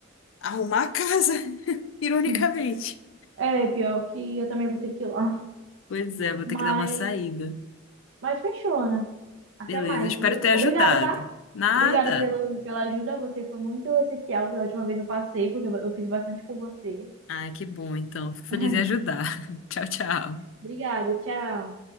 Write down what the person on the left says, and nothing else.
arrumar a casa, <laughs> ironicamente.
Pois é, vou
ter que dar uma saída.
Beleza,
espero
ter ajudado.
Nada.
Ah, que bom, então. Fico feliz
em ajudar. <laughs> Tchau, tchau.